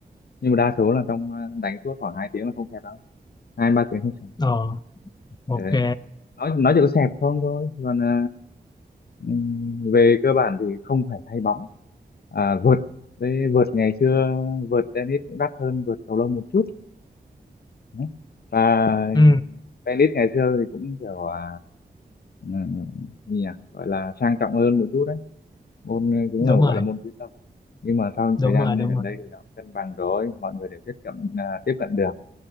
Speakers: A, on the left (about 65°); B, on the left (about 25°).
A: Nhưng mà đa số là trong ờ, đánh suốt khoảng 2 tiếng là không kẹt đâu. Hai ba tiếng không kẹt.
B: ờ ok
A: Ừ. Nói nói chỉ có xẹp không thôi. Còn ờ, Ừm, về cơ bản thì không phải thay bóng à, vợt với vợt ngày xưa vợt tennis cũng đắt hơn vợt cầu lông một chút Đấy. và
B: ừ
A: tennis ngày xưa thì cũng kiểu à, ừ, gì nhỉ gọi là sang trọng hơn một chút đấy môn cũng
B: đúng
A: là gọi
B: rồi
A: là môn quý tộc nhưng mà sau
B: đúng
A: thời gian
B: rồi đúng
A: gần
B: rồi
A: đây thì nó cũng cân bằng rồi mọi người đều tiếp cận à, tiếp cận được